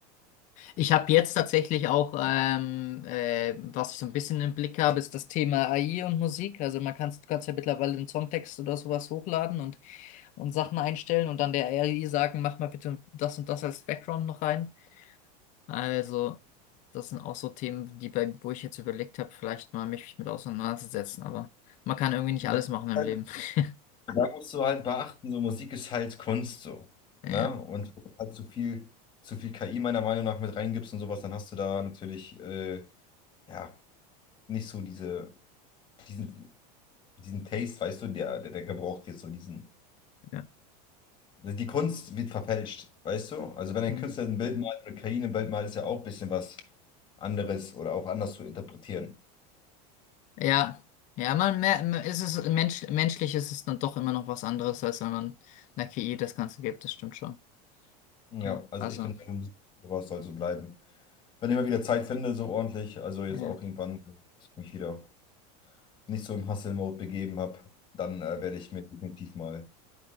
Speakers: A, on the left; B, on the left.
A: Ich habe jetzt tatsächlich auch, ähm, äh, was ich so ein bisschen im Blick habe, ist das Thema AI und Musik. Also man kann, du kannst ja mittlerweile einen Songtext oder sowas hochladen und, und Sachen einstellen und dann der AI sagen, mach mal bitte das und das als Background noch rein. Also, das sind auch so Themen, die bei, wo ich jetzt überlegt habe, vielleicht mal mich mit auseinanderzusetzen, aber man kann irgendwie nicht
B: Ja,
A: alles machen im
B: halt,
A: Leben. <laughs>
B: da musst du halt beachten, so Musik ist halt Kunst so.
A: Ja,
B: Ne? Und wenn du halt zu viel, zu viel KI meiner Meinung nach mit reingibst und sowas, dann hast du da natürlich äh, ja nicht so diese, diesen, diesen Taste, weißt du, der, der, der gebraucht wird, so diesen
A: ja.
B: Die Kunst wird verfälscht, weißt du? Also wenn ein
A: Hm.
B: Künstler ein Bild malt oder Karine ein Bild malt, ist ja auch ein bisschen was anderes oder auch anders zu interpretieren.
A: Ja, ja, man mer- ist es mensch, menschlich ist es dann doch immer noch was anderes, als wenn man einer KI das Ganze gibt, das stimmt schon.
B: Ja,
A: Ja,
B: also
A: also,
B: ich finde, sowas soll so bleiben. Wenn ich mal wieder Zeit finde, so ordentlich, also jetzt
A: ja,
B: auch irgendwann, wenn ich mich wieder nicht so im Hustle-Mode begeben habe, dann äh, werde ich mir definitiv mal ein